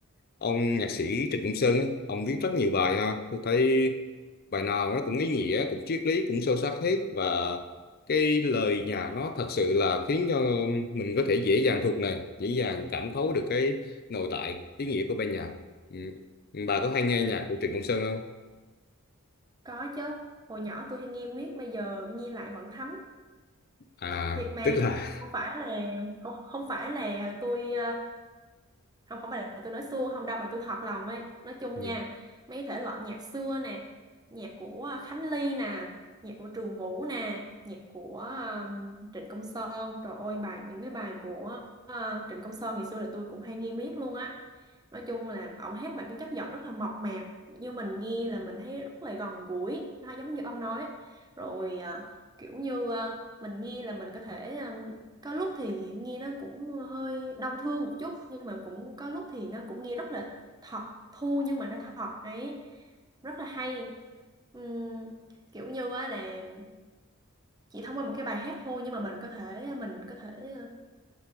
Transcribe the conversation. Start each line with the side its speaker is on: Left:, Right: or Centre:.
Left: ông nhạc sĩ Trịnh Công Sơn ấy, ông viết rất nhiều bài ha tôi thấy bài nào nó cũng ý nghĩa cũng triết lý cũng sâu sắc hết và cái lời nhà nó thật sự là khiến cho mình có thể dễ dàng thuộc này dễ dàng cảm thấu được cái nội tại ý nghĩa của bài nhạc ừ. bà có hay nghe nhạc của Trịnh Công Sơn không
Right: Có chứ. Hồi nhỏ tôi hay nghiêng miết, bây giờ nghiêng lại vẫn thấm.
Left: à
Right: Thiệt mà,
Left: tức là
Right: không phải là không, không phải là tôi không không phải là tôi nói suông không đâu mà tôi thật lòng ấy nói chung
Left: ừ,
Right: nha mấy thể loại nhạc xưa nè nhạc của Khánh Ly nè nhạc của Trường Vũ nè nhạc của um, Trịnh Công Sơn trời ơi bài những cái bài của uh, Trịnh Công Sơn ngày xưa là tôi cũng hay nghe miết luôn á nói chung là ổng hát bằng cái chất giọng rất là mộc mạc như mình nghe là mình thấy rất là gần gũi nó giống như ông nói rồi à, kiểu như à, mình nghe là mình có thể có lúc thì nghe nó cũng hơi đau thương một chút nhưng mà cũng có lúc thì nó cũng nghe rất là thật thô nhưng mà nó thật ấy rất là hay Ừm, kiểu như á là chỉ thông qua một cái bài hát thôi nhưng mà mình có thể mình có thể ờ,